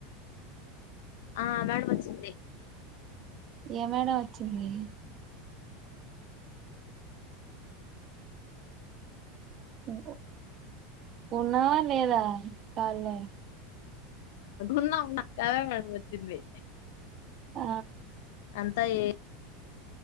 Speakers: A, on the left (about 70°); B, on the right (about 35°).
A: ఆ మేడం వచ్చింది
B: ఏ మేడం వచ్చింది ఉ ఉన్నావా లేద కాల్ లో
A: ఉన్నా ఉన్నా <inaudible> వచ్చింది
B: ఆ
A: అంతా ఏ